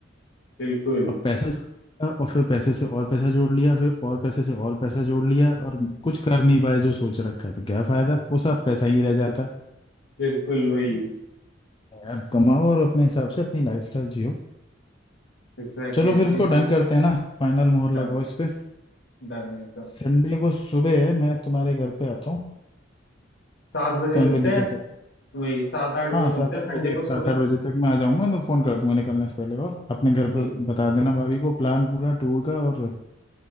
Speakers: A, on the left (about 60°); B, on the left (about 25°).
A: बिल्कुल
B: अब पैसा जोड़ लिया और फिर पैसे से और पैसा जोड़ लिया फिर और पैसे से और पैसा जोड़ लिया और कुछ कर नहीं पाए जो सोच रखा है तो क्या फायदा वो सब पैसा ही रह जाता है
A: बिल्कुल वही
B: यार कमाओ और अपने हिसाब से अपनी लाइफस्टाइल जियो
A: एग्जैक्टली
B: चलो फिर
A: वही
B: इसको डन करते हैं ना फाइनल मोहर
A: डन
B: लगाओ इस पे
A: डन एकदम
B: संडे को सुबह मैं तुम्हारे घर पे आता हूँ
A: सात बजे
B: फैमिली
A: मिलते हैं
B: के साथ
A: वही सात आठ बजे
B: हाँ
A: मिलते
B: सात
A: हैं
B: आठ
A: संडे
B: बजे
A: को सुबह
B: सात आठ बजे तक मैं आ जाऊंगा तो फोन कर दूंगा निकलने से पहले और अपने घर
A: ठीक
B: पे बता देना भाभी को प्लान पूरा टूर का और